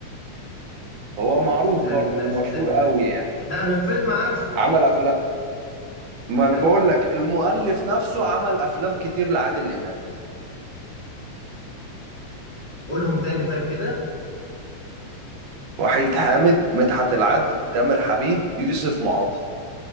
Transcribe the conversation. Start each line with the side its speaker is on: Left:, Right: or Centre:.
Right: هو
Left: آه،
Right: معروف
Left: استنى
Right: برضه ومشهور
Left: استنى
Right: قوي يعني
Left: لا انا الفيلم عارفه
Right: عمل افلام ما انا
Left: ايوه
Right: بقول لك المؤلف نفسه عمل افلام كتير لعادل امام
Left: قولهم تاني طيب كده
Right: وحيد حامد مدحت العدل تامر حبيب يوسف معاطي